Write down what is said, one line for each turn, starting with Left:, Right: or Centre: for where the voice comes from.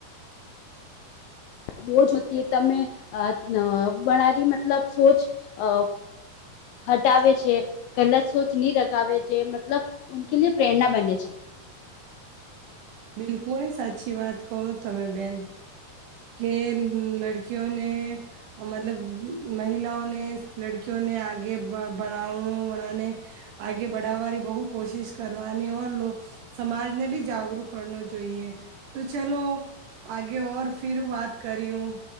Left: બોઝ હોતી તમે અ ન વનારી મતલબ સોચ અ હટાવે છે, ગલત સોચની રખાવે છે, મતલબ ઉનકે લીયે પ્રેરણા બને છે.
Right: બિલકુલી સાચી વાત કહો તમે બેન. કે લડકીયોને મતલબ મહિલાઓને લડકઓને આગે બડાઓ બડાને આગે બડાવાની બહુ કોશિશ કરવાની સમાજને ભી જાગરુક કર જોઈએ તો ચલો આગે ઓર ફિર વાત કર્યું.